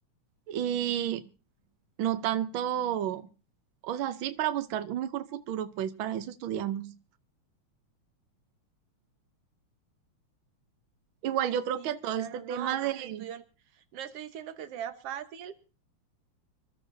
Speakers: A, on the right; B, on the right.
A: y no tanto, o sea, sí para buscar un mejor futuro, pues para eso estudiamos. Igual yo
B: Sí,
A: creo que todo
B: claro,
A: este tema
B: no, pues
A: de,
B: el estudio, no estoy diciendo que sea fácil,